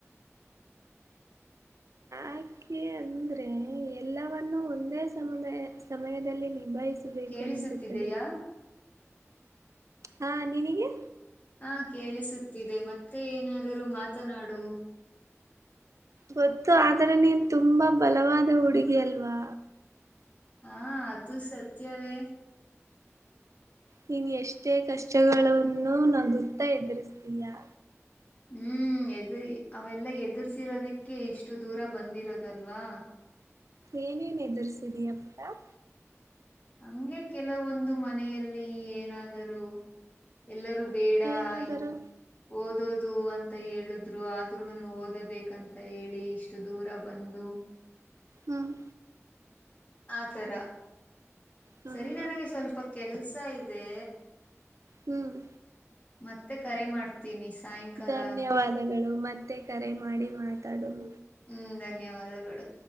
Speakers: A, on the left; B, on the right.
A: ಹ
B: ಆಕೆ ಅಂದ್ರೆ ಎಲ್ಲವವನ್ನು ಒಂದೇ ಸಮುದಾಯ ಸಮಯದಲ್ಲಿ ನಿ ನಿ ಬಯಸಬೇಕು
A: ಕೇಳಿಸುತ್ತಿದೆಯಾ
B: ಅನ್ನಿಸುತ್ತದೆ ಹಾ ನಿನಗೆ
A: ಹಾ ಕೇಳಿಸುತ್ತಿದೆ ಮತ್ತೆ ಏನಾದರೂ ಮಾತನಾಡು
B: ಗೊತ್ತು ಆದ್ರೆ ನೀನ್ ತುಂಬಾ ಬಲವಾದ ಹುಡುಗಿ ಅಲ್ವಾ
A: ಹಾ ಅದು ಸತ್ಯವೇ.
B: ನೀನ್ ಎಷ್ಟೇ ಕಷ್ಟಗಳನ್ನ ನಗುತ್ತಾ ಎದುರಿಸತೀಯಾ.
A: ಹ್ಮ್ ಎದುರಿ ಅವೆಲ್ಲ ಎದುರ್ಸಿರೋದಿಕ್ಕೆ ಇಷ್ಟು ದೂರ ಬಂದಿರೋದಲ್ವಾ.
B: ಎನ್ ಏನು ಎದರ್ರಿಸಿದಿಯಾ ಅಕ್ಕ.
A: ಹಂಗೆ ಕೆಲವೊಂದು ಮನೆಯಲ್ಲಿ ಏನಾದರೂ ಎಲ್ಲರೂ, ಬೇಡ
B: ಏನಾದರೂ
A: ಹ ಓದ ಓದೋದು ಅಂತ ಹೇಳುದ್ರು ಆದ್ರೂ ನಾನು ಓದಬೇಕಂತ ಹೇಳಿ ಇಷ್ಟು ದೂರ ಬಂದು,
B: ಹ್ಮ್.
A: ಆತರ
B: ಹ್ಮ್
A: ಸರಿ ನನಗೆ ಸ್ವಲ್ಪ ಕೆಲ್ಸ ಇದೆ.
B: ಹ್ಮ್.
A: ಮತ್ತೆ ಕರೆ ಮಾಡ್ತೀನಿ ಸಾಯಂಕಾಲ
B: ಧನ್ಯವಾದಗಳು
A: ಹಂಗೆ
B: ಮತ್ತೆ ಕರೆ ಮಾಡಿ. ಮಾತ ತಡೋಣ.
A: ಹ್ಮ್ ಧನ್ಯವಾದಗಳು.